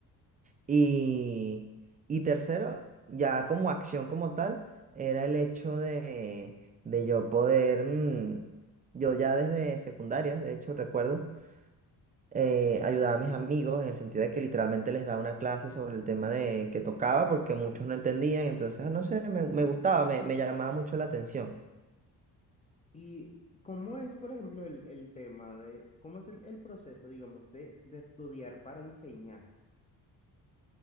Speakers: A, on the right; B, on the left.
A: Y, y tercero, ya como acción como tal, era el hecho de, de yo poder, mm, yo ya desde secundaria, de hecho recuerdo, eh, ayudaba a mis amigos en el sentido de que literalmente les daba una clase sobre el tema de que tocaba porque muchos no entendían, entonces ah, no sé, me, me gustaba, me, me llamaba mucho la atención.
B: ¿Y cómo es, por ejemplo, el, el tema de, cómo es el, el proceso, digamos, de, de estudiar para enseñar